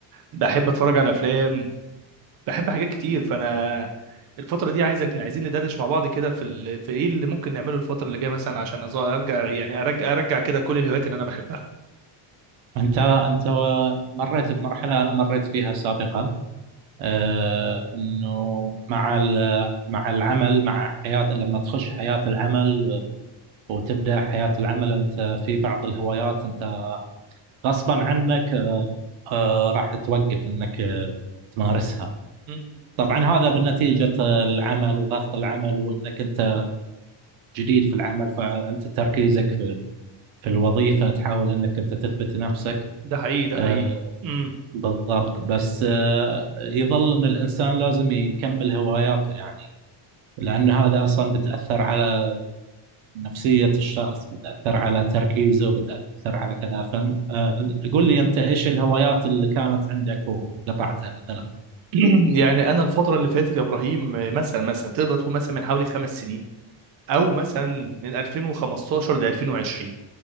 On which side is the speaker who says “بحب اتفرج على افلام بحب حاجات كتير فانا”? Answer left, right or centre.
Right